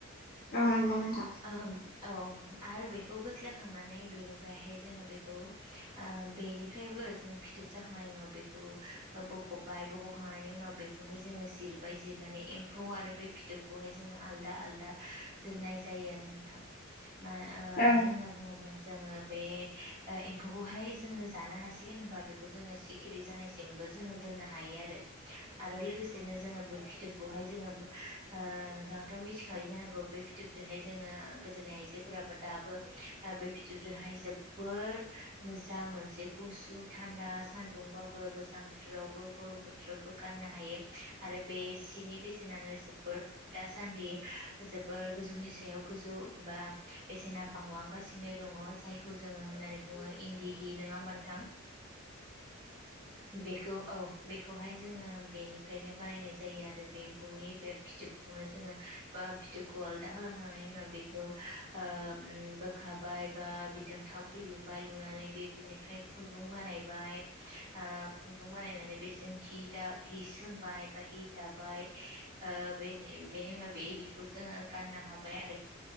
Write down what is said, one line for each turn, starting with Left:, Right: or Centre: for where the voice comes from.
Left: औ नोंगौ नोंथां।
Right: उम औ आरो बेखौ बोस्लायखांनानै बेनिफ्रायहाय जोङो बेखौ ओ बे बेनिफ्रायबो जों फिथोब जाखांनायनि उनाव बेखौ बख'बाय बख'खांनायनि उनाव बेखौहाय जोङो जिरबाय जिरनानै एम्फौ आरो बे फिथोबखौहाय जोङो आलदा आलदा दोननाय जायो आरो नों थां मान ओ
Left: औ
Right: मानो होनना बुङोबा जोङो बे ओ एम्फौखौहाय जोङो जानो हासिगोन होनबा बेखौ जोङो सिखिरि जानायसिमबो जोङो दोननो हायो आरो आरो लोगोसेनो जोङो बे फिथोब खौहाय जोङो ओ नोंथाङाथ' मिथिखायो जानांगौ बे फिथोबजोंहाय जोङो गोदोनि आइजोफोराबो दाबो ओ बे फिथोबजोंहाय जोबोर मोजां मोनसे गुसु थान्दा सान्दुंबाबो गोजां बोथोरावबो गरम बोथोरावबो गाननो हायो आरो बे सिनि बेसेनानो जोबोर दासान्दि जोबोर गोजौनि सायाव गोजौ बा बेसेना बांलांगासिनो दङ जायखौ जोङो होननानै बुङो इन्दि हि नोङा होमबा नोथां। बेखौ औ बेखौहाय जोङो बेनिफ्रायनो बानायनाय जायो आरो बे एम्फौनि बे फिथोबखौनो जोङो बा फिथोबखौ आलदा खालामखांनायनि उनाव बे खौ ओ उम बोखाबाय बा बिदों थावख्रि लुबाय लुनानै बेजेनिफ्राय खुन्दुं बानायबाय ओ खुन्दुं बानायनानै बेजों हि दा हि सोंबाय बा हि हि दाबाय ओ बेनि उम बेनि उनाव बे हिखौ जोङो गाननो हाबाय आरो